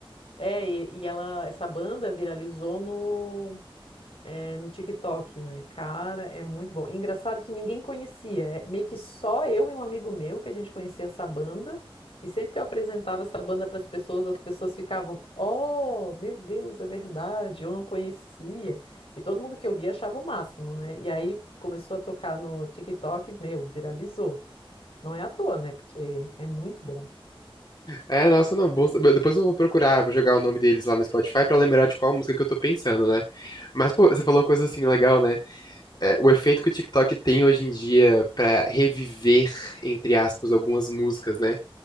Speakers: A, on the left (about 80°); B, on the left (about 50°).
A: É, e, e ela, essa banda viralizou é, no TikTok, né? Cara, é muito bom. E Engraçado que ninguém conhecia, é meio que só eu e um amigo meu que a gente conhecia essa banda. E sempre que eu apresentava essa banda para as pessoas, as pessoas ficavam: Oh, meu Deus, é verdade, eu não conhecia. E todo mundo que eu via achava o máximo, né? E aí começou a tocar no TikTok, meu, viralizou. Não é à toa, né? Porque é muito bom.
B: É, nossa, não, bom saber. Depois eu vou procurar, vou jogar o nome deles lá no Spotify pra lembrar de qual música que eu tô pensando, né? Mas, pô, você falou uma coisa assim legal, né? É, o efeito que o TikTok tem hoje em dia pra reviver, entre aspas, algumas músicas, né?